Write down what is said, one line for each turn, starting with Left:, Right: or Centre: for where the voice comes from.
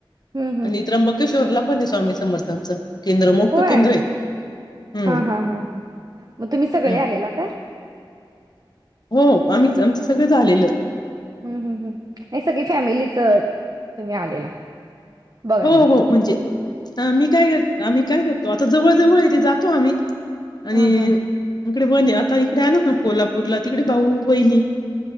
Right: हं, हं.
Left: आणि त्र्यंबकेश्वरला कोणी स्वामी समर्थांचं केंद्र, मोठं
Right: होय
Left: केंद्र आहे. हं,
Right: हा हा ह ह मग तुम्ही सगळे
Left: हं.
Right: आलेला काय?
Left: हो आम्हीच आमचं सगळं झालेलं.
Right: हम्म हम् हम् नाही सगळी फॅमिलीच तुम्ही आलेला. बघायला.
Left: हो हो म्हणजे ह मी काय कर आम्ही काय करतो आता जवळ-जवळ इथे जातो आम्ही. आणि
Right: हं, हं.
Left: इकडे बंद आहे आता इकडे आलो ना कोल्हा उरला तिकडे भाऊ बहिणी